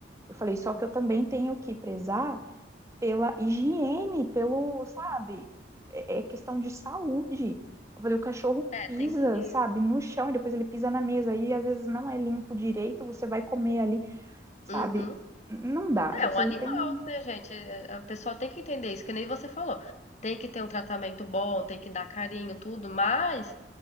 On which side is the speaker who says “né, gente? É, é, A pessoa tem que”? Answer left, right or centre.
Left